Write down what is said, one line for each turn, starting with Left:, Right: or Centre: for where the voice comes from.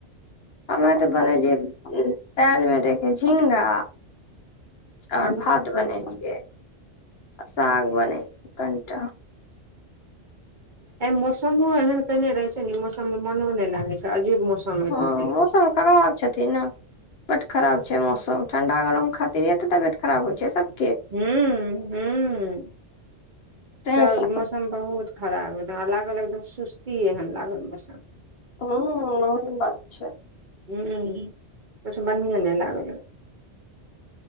Left: हमे तऽ बनेलियै ताल मे दे के झिगा ओर
Right: हूँ
Left: भात बनेलियै साग बनेलिय कनिटा
Right: मौसमो एहन केने रहे छै ने मौसम मे मनो नय लागे छै अजीब मौसम एकदम
Left: हँ
Right: केने
Left: मौसम
Right: छै
Left: खराब छथिन न बड खराब छै मौसम ठण्डा गरम खातिरे तऽ तबियत खराब होइ छै सब
Right: हू हूँ
Left: तैं
Right: सब
Left: से
Right: मस मौसम बहुत खराब एकदम लागल एकदम सुस्ती एन लागल मौसम
Left: हूँ ओहन बात छय
Right: ह <unintelligible> किछु बढ़िएँ नय लागल